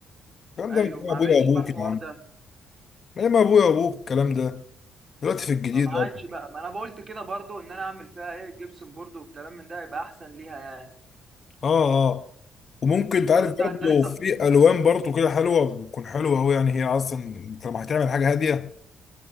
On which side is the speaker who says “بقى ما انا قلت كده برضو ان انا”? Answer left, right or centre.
Right